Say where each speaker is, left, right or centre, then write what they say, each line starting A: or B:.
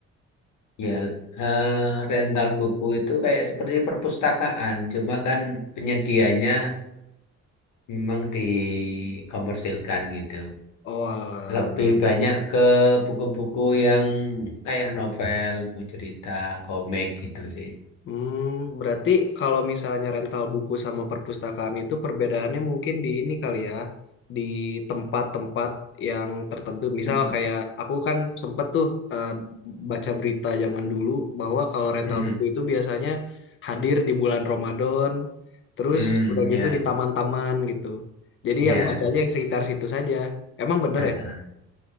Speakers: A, on the left; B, on the left.
A: Ya, eh, rental buku itu kayak seperti perpustakaan, cuma kan penyediaannya memang dikompersilkan gitu.
B: Oh alah.
A: Lebih banyak ke buku-buku yang kayak novel, buku cerita, komik gitu sih.
B: Hmm, berarti kalau misalnya rental buku sama perpustakaan itu perbedaannya mungkin di ini kali ya, di tempat-tempat yang tertentu. Misal
A: Mm-mm.
B: kayak aku kan sempet tuh eh, baca berita zaman dulu bahwa kalau rental
A: Mm-mm.
B: buku itu biasanya hadir di bulan Ramadan, terus
A: Hmm,
B: udah
A: ya,
B: gitu di taman-taman gitu. Jadi
A: ya,
B: yang bacanya yang sekitar situ saja. Emang bener
A: Heeh.
B: ya?